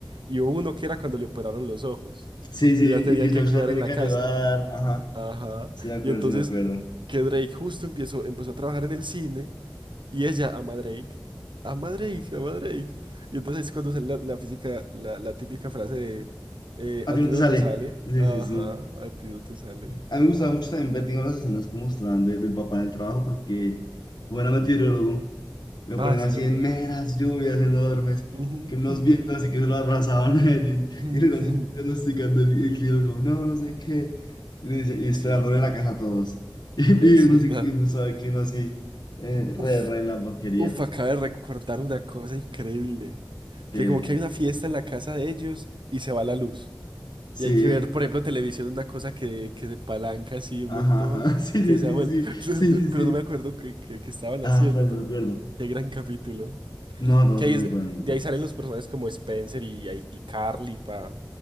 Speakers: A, on the right (about 80°); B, on the left (about 60°).
A: Y hubo uno que era cuando le operaron los ojos
B: sí, sí,
A: y la tenían
B: y que
A: que
B: Josh
A: cuidar
B: la tiene
A: en la
B: que
A: casa.
B: ayudar, ajá,
A: Ajá.
B: sí me acuerdo,
A: Y entonces
B: sí me acuerdo.
A: que Drake justo empezó, empezó a trabajar en el cine y ella ama a Drake. Ama a Drake, ama a Drake. Y entonces es cuando sale la, la física, la, la típica frase de eh,
B: A
A: a
B: ti
A: ti
B: no te
A: no
B: sale,
A: te sale.
B: sí,
A: Ajá,
B: sí, sí.
A: a ti no te sale.
B: A mí me gustaba mucho también ver, digamos, las escenas que mostraban de- del papá en el trabajo, porque como
A: Ujú.
B: era meteorólogo, lo
A: Ah,
B: ponían
A: es
B: así
A: verdad.
B: en meras lluvias enormes,
A: Ujú.
B: que unos vientos así que se lo arrasaban a él,
A: <laughs>
B: y él era así diagnosticando el, el clima, como, no, no sé qué, y, le decía- y esperándole
A: Sí.
B: en la casa a todos, <laughs> y,
A: Es
B: y, uno,
A: verdad.
B: sí- y uno sabe el clima así, eh,
A: Uf,
B: re, re en la porquería,
A: uf, acabo de recordar una cosa increíble.
B: Eh,
A: Que como que hay una fiesta en la casa de ellos y se va la luz.
B: sí.
A: Y hay que ver, por ejemplo, televisión, una cosa que, que se palanca así un
B: Ajá,
A: montón,
B: ajá. <laughs> Sí, sí,
A: que se ha vuelto,
B: sí, sí,
A: <laughs> no,
B: sí, sí,
A: no, pero
B: sí.
A: no me acuerdo qué qué- qué estaban
B: Ah,
A: haciendo,
B: pero
A: pero
B: no recuerdo.
A: qué gran capítulo.
B: No, todos
A: Que
B: son
A: ahí es-
B: muy buenos, muy
A: de
B: buenos.
A: ahí salen los personajes como Spencer y, y, y Carly para